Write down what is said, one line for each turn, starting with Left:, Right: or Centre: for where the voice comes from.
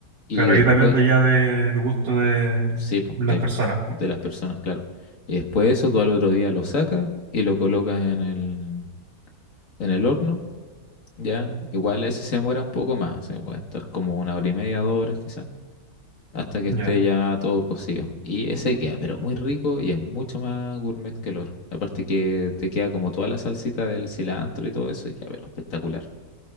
Left: y
Right: Claro,
Left: después,
Right: ahí depende ya del gusto de
Left: sí, pues,
Right: las
Left: de,
Right: personas.
Left: gust-
Right: po.
Left: de las personas, claro. Y después de eso, tú al otro día lo sacas y lo colocas en el, en el horno, ya. Igual ese se demora un poco más, se puede estar como una hora y media, dos horas quizá hasta que esté
Right: Ya,
Left: ya todo cocido. Y ese queda, pero muy rico y es mucho más gourmet que el oro. Aparte que te queda como toda la salsita del cilantro y todo eso y queda, pero espectacular.